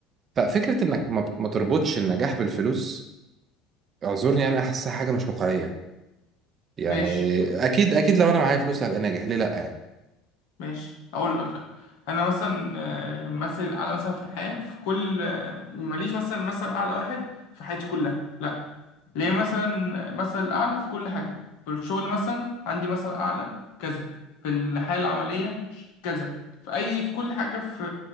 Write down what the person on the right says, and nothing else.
ففكرة انك ما, ما تربطش النجاح بالفلوس اعذرني انا احسها حاجة مش واقعية يعني
اكيد اكيد لو انا معايا فلوس هبقى ناجح ليه لا يعني